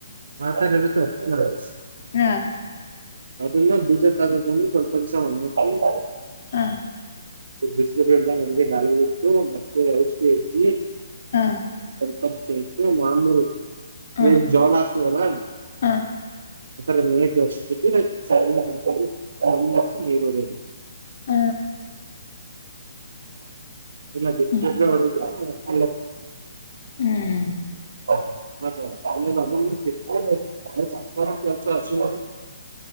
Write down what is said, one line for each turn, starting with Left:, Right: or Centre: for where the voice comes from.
Right: ಆತದ್ ಇರುತ್ತೆ <unintelligible>
Left: ಹ್ಮ್
Right: ಹದು ಬೀಜ <unintelligible> ಸ್ವಲ್ಪ ದಿಸ ಹೊಂಗೊ <inaudible>
Left: ಹಾ
Right: ಬಿಸಿಲು ಬೀಳ್ದ ಮಂಗೆ ಗಾಳಿ ಬಿಟ್ಟತ್ತು ಮತ್ತೆ ಔಷಧಿ ಹೆಡ್ಜಿ
Left: ಹಾ
Right: ಸೇ <unintelligible> ಮಾಮೂಲಿ <unintelligible>
Left: ಹ
Right: ಜೋಳ್ ಹಾಕ್ತಿತ್ವಲ್ವಾ <unintelligible>
Left: ಹ
Right: ನೀರೋಡಿಯೋದು <inaudible> <inaudible>
Left: ಹ
Right: ಇಲ್ಲ <unintelligible>
Left: ಹ್ಮ್
Right: ಫೆಬ್ರವರಿಗೆ <inaudible>
Left: ಹ್ಮ್
Right: ಹೌ ನ <unintelligible> ಸರ್ಕಾರ ಕೆಲಸ ಅಷ್ಟ